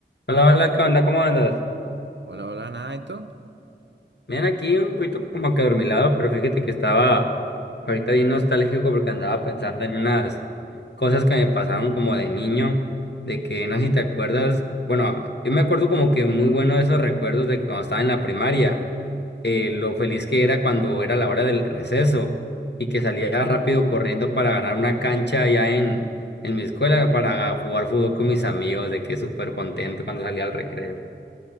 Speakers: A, on the left; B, on the right.
A: Hola, hola, ¿qué onda? ¿Cómo andas?
B: Hola, hola, nada, ¿y tú?
A: Bien, aquí un poquito como que adormilado, pero fíjate que estaba ahorita bien nostálgico porque andaba pensando en unas cosas que me pasaron como de niño, de que no sé si te acuerdas, bueno, yo me acuerdo como que muy bueno de esos recuerdos de que cuando estaba en la primaria, eh, lo feliz que era cuando era la hora del receso y que salía rápido corriendo para ganar una cancha allá en, en mi escuela para jugar fútbol con mis amigos, de que súper contento cuando salía al recreo.